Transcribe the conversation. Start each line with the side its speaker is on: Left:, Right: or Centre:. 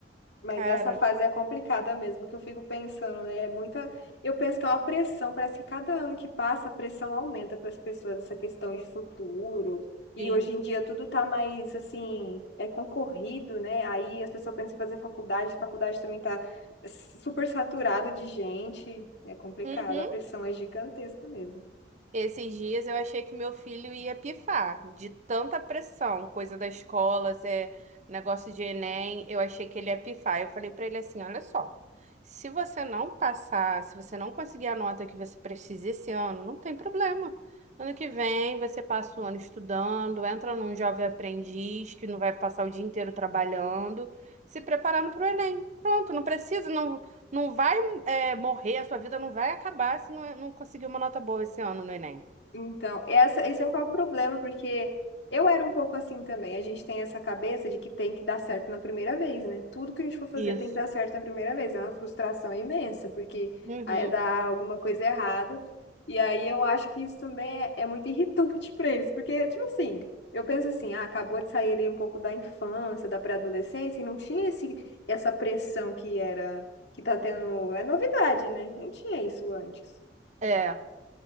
Left: Mas
Right: cara,
Left: essa fase é complicada mesmo, que eu fico pensando, né, é muita. Eu penso que é uma pressão, parece que cada ano que passa, a pressão aumenta para as pessoas, essa questão de futuro. E
Right: sim.
Left: hoje em dia tudo tá mais assim, é concorrido, né? Aí as pessoas pensam em fazer faculdade, faculdade também tá super saturado de gente. É complicado,
Right: Uhum.
Left: a pressão é gigantesca mesmo.
Right: Esses dias eu achei que meu filho ia pifar de tanta pressão, coisa da escola, é, negócio de Enem, eu achei que ele ia pifar. Eu falei pra ele assim, olha só, se você não passar, se você não conseguir a nota que você precisa esse ano, não tem problema. Ano que vem você passa o ano estudando, entra num jovem aprendiz que não vai passar o dia inteiro trabalhando, se preparando para o Enem. Pronto, não precisa, não, não vai é, morrer, a sua vida não vai acabar se não, é, não conseguir uma nota boa esse ano no Enem.
Left: Então, essa, esse é o problema, porque eu era um pouco assim também. A gente tem essa cabeça de que tem que dar certo na primeira vez, né? Tudo que a gente for fazer
Right: Isso.
Left: tem que dar certo na primeira vez. É uma frustração imensa, porque
Right: Uhum.
Left: aí dá alguma coisa errada. E aí eu acho que isso também é, é muito irritante <laughs> para eles, porque, tipo assim, eu penso assim, ah, acabou de sair ali um pouco da infância, da pré-adolescência, e não tinha esse, essa pressão que era, que tá tendo. É novidade, né? Não tinha isso antes,
Right: É.